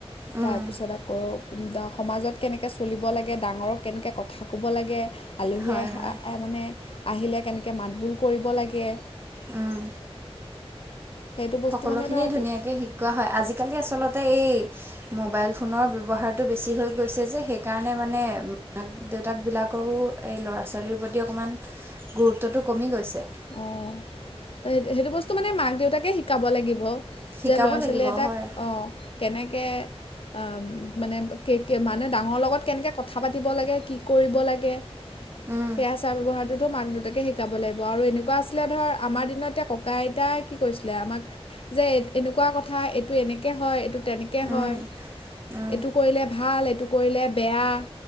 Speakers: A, on the right; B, on the left.
A: উম,
B: তাৰপিছত আকৌ সমাজত কেনেকৈ চলিব লাগে, ডাঙৰক কেনেকৈ কথা ক'ব লাগে। আলহীয়ে
A: হয় হয়
B: মানে আহিলে কেনেকৈ মাতবোল কৰিব লাগে।
A: উম।
B: সেইটো বস্তু
A: সকলোখিনিয়
B: মানে ধৰতো
A: ধুনীয়াকে শিক কোৱা হয়, আজিকালি আচলতে এই মোবাইল ফোনৰ ব্যৱহাৰটো বেছি হৈ গৈছে যে। সেইকাৰণে মানে মাক দেউতা তাক বিলাকৰো এই ল'ৰা-ছোৱালীৰ প্ৰতি অকণমান গুৰুত্বটো কমি গৈছে।
B: অ', সেই-সেইটো বস্তু মানে মাক দেউতাকে শিকাব লাগিব।
A: শিকাব
B: যে ল'ৰা-ছোৱালী
A: লাগিব
B: এটাক
A: হয়
B: অ', কেনেকে অ', মানে কে মানে ডাঙৰৰ লগত কেনেকৈ কথা পাতিব লাগে কি কৰিব লাগে।
A: উম,
B: সেই আচাৰ-ব্যৱহাৰটোতো মাক দেউতাকে শিকাব লাগিব আৰু এনেকুৱা এনেকুৱা আছিলে ধৰ আমাৰ দিনততে ককা আইতাই কি কৰিছিলে, আমাক যে এনেকুৱা কথা এইটো এনেকে হয়, এইটো তেনেকে হয়।
A: উম, উম,
B: এইটো কৰিলে ভাল, এইটো কৰিলে বেয়া।